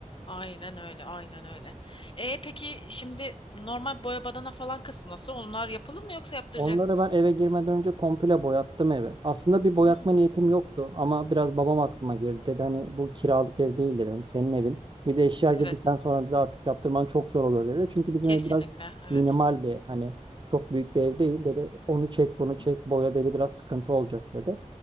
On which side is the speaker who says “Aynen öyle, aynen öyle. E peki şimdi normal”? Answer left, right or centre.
Left